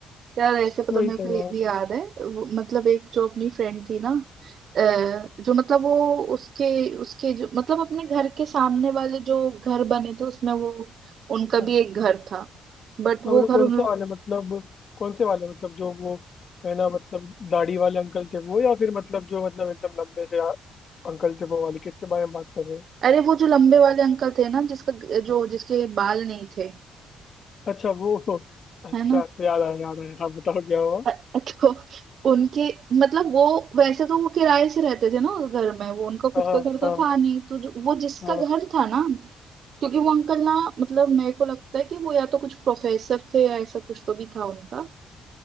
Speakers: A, on the right; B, on the left.
A: यार ऐसे
B: <laughs>
A: पता
B: वही
A: मेरे
B: तो
A: को
B: यार
A: ये भी याद है वो, मतलब एक जो अपनी फ्रेंड थी ना अ, जो मतलब वो उसके उसके जो मतलब अपने घर के सामने वाले जो घर बने थे उसमें वो उनका
B: अच्छा
A: भी एक घर था बट वो
B: और मतलब
A: घर
B: कौन
A: उन
B: से
A: लोग
B: वाले मतलब कौन से वाले मतलब जो वो है ना मतलब दाढ़ी वाले अंकल थे वो या फिर मतलब जो मतलब एकदम लंबे से आ- अंकल थे वो वाले किसके बारे में बात कर रहे हैं
A: अरे वो जो लंबे वाले अंकल थे ना जिसका जो जिसके बाल नहीं थे
B: अच्छा वो अच्छा
A: है ना
B: याद आया याद आया हाँ बताओ क्या हुआ
A: अ- <laughs> तो उनके मतलब वो वैसे तो वो किराए से रहते थे ना उस घर में वो उनका
B: हाँ
A: खुद
B: हाँ
A: का घर
B: हाँ
A: तो था नहीं तो जो, वो जिसका
B: हाँ
A: घर था ना क्योंकि वो अंकल ना मतलब मेरे को लगता है कि वो या तो कुछ प्रोफेसर थे या ऐसा कुछ तो भी था उनका